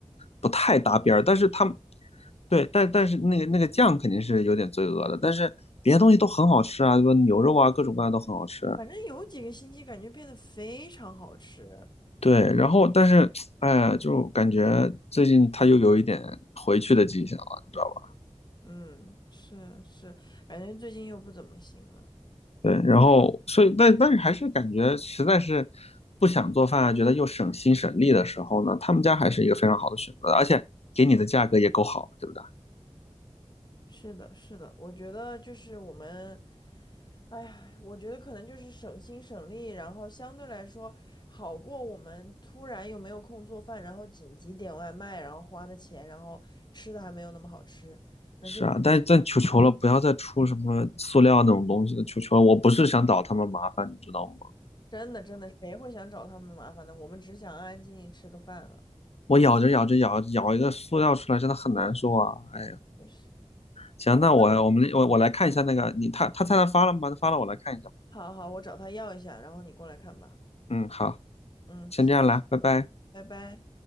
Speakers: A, on the left; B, on the left.
A: 不太搭边儿，
B: 想去吃
A: 但是他们对，但但是那个那个酱肯定是有点罪恶的，但是别的东西都很好吃啊，对吧？牛肉啊，各种各样都很好吃。
B: 反正有几个星期感觉变得非常好吃。
A: 对，然后但是，哎呀，就感觉最近他又有一点回去的迹象了，你知道吧？
B: 嗯，是是，感觉最近又不怎么行了。
A: 对，然后所以，但但是还是感觉实在是不想做饭啊，觉得又省心省力的时候呢，他们家还是一个非常好的选择，而且给你的价格也够好，对不对？
B: 是的，是的，我觉得就是我们，哎呀，我觉得可能就是省心省力，然后相对来说好过我们突然又没有空做饭，然后紧急点外卖，然后花的钱，然后吃的还没有那么好吃，那就
A: 是啊，但但求求了，不要再出什么塑料那种东西了，求求了，我不是想找他们麻烦，你知道吗？
B: 真的真的谁会想找他们麻烦呢？我们只想安安静静吃个饭啊。
A: 我咬着咬着咬咬一个塑料出来，真的很难受啊！哎呀，
B: 也是，
A: 行，
B: 好吧，
A: 那我我们我我来看一下那个你他他菜单发了吗？
B: 那我
A: 发了，我来看一下。
B: 好好，我找他要一下，然后你过来看吧。
A: 嗯，好，
B: 嗯，
A: 先这样啦，
B: 行，
A: 拜拜。
B: 拜拜。